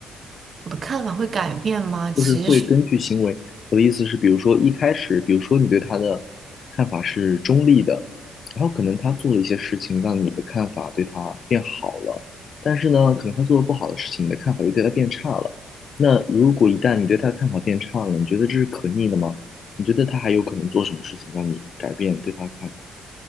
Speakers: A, on the right (about 45°); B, on the left (about 50°).
A: 我的看法会改变吗？其实
B: 就是会根据行为。我的意思是，比如说一开始，比如说你对他的看法是中立的，然后可能他做了一些事情，让你的看法对他变好了，但是呢，可能他做了不好的事情，你的看法又对他变差了。那如果一旦你对他的看法变差了，你觉得这是可逆的吗？你觉得他还有可能做什么事情让你改变对他的看法？